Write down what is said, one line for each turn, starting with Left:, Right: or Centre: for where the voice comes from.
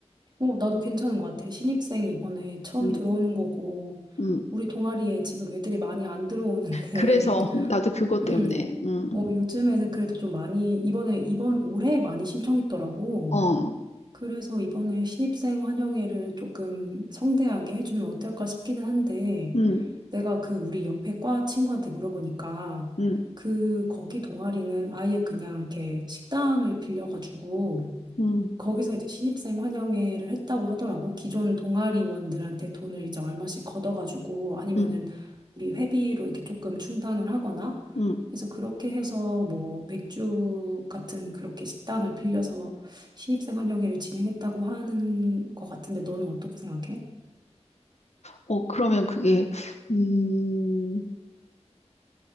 Right: 어, 나도 괜찮은 것 같아. 신입생이 이번에 처음
Left: 음,
Right: 들어오는 거고,
Left: 음.
Right: 우리 동아리에 지금 애들이 많이 안 들어오는데,
Left: 그래서 <laughs>
Right: <laughs>
Left: 나도 그것
Right: 음,
Left: 때문에 음,
Right: 어, 요즘에는 그래도 좀 많이, 이번에, 이번 올해 많이 신청했더라고.
Left: 어,
Right: 그래서 이번에 신입생 환영회를 조금 성대하게 해주면 어떨까 싶기는 한데,
Left: 음,
Right: 내가 그 우리 옆에 과 친구한테 물어보니까,
Left: 음,
Right: 그, 거기 동아리는 아예 그냥 이렇게 식당을 빌려가지고,
Left: 음,
Right: 거기서 이제 신입생 환영회를 했다고 하더라고. 기존 동아리원들한테 돈을 이제 얼마씩 걷어가지고 아니면은
Left: 음,
Right: 우리 회비로 이렇게 조금 충당을 하거나
Left: 음.
Right: 그래서 그렇게 해서 뭐 맥주 같은 그렇게 식당을 빌려서 신입생 환영회를 진행했다고 하는 것 같은데 너는 어떻게 생각해?
Left: 어, 그러면 그게, 음,